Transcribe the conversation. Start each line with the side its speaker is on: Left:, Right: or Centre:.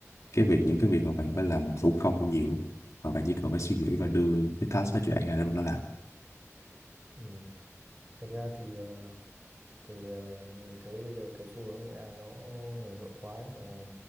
Left: cái việc những cái việc mà bạn phải làm thủ công nhiều mà bạn chỉ cần phải suy nghĩ và đưa cái task đó cho AI để mà nó làm
Right: Ừ. Thực ra thì thì ờ, mình thấy bây giờ cái xu hướng AI nó nở rộ quá ấy, và